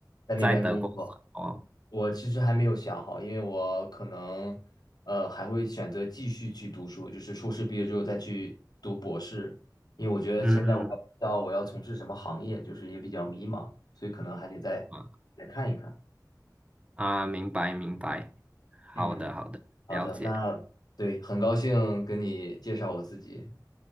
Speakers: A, on the left; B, on the right.
A: 在那边工作。
B: 在德国哦。
A: 我其实还没有想好，因为我可能呃还会选择继续去读书，就是硕士毕业之后再去读博士，因为我觉得现在我还不知道我要从事什么行业，
B: 嗯
A: 就是也比较迷茫，所以可能还得再再看一看。
B: 啊啊，明白明白。
A: 嗯，
B: 好的好的，
A: 好的，
B: 了解。
A: 那对，很高兴跟你介绍我自己。